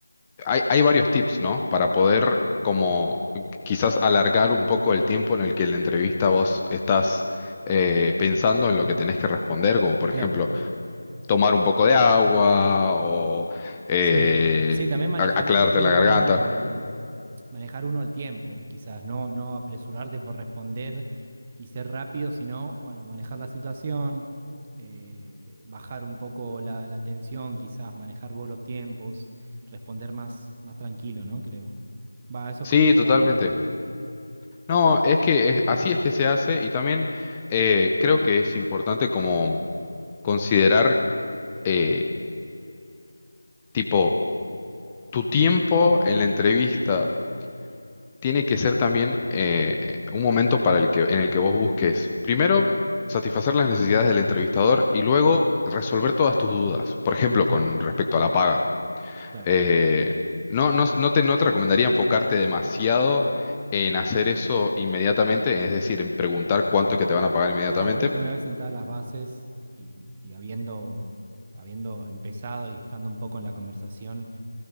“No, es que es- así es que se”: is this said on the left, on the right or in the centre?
Left